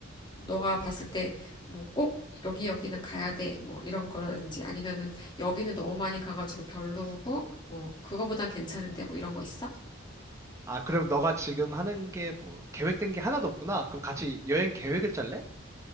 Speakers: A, on the left; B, on the right.
A: 너가 봤을 때 뭐 꼭 여기 여기는 가야 돼 뭐 이런 거라든지 아니면은 여기는 너무 많이 가가지고 별로고 뭐 그거보단 괜찮은데 뭐 이런 거 있어?
B: 아, 그럼 너가 지금 하는 게 뭐, 계획된 게 하나도 없구나. 그럼 같이 여행 계획을 짤래?